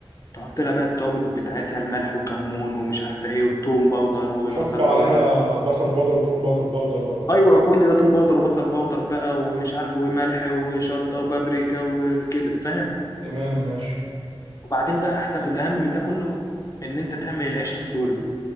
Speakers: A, on the left (about 35°); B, on the right (about 70°).
A: تحط لها بقى التوابل بتاعتها الملح وكمون ومش عارفه ايه وتوم باودر وبصل
B: احط عليها
A: باودر
B: بصل بودر وتوم بود- بودر برضه
A: ايوه كل ده توم باودر وبصل باودر بقى ومش عارف وملح وشطه وبابريكا وكده فاهم
B: تمام ماشي
A: وبعدين بقى احسن الاهم من ده كله ان انت تعمل العيش السوري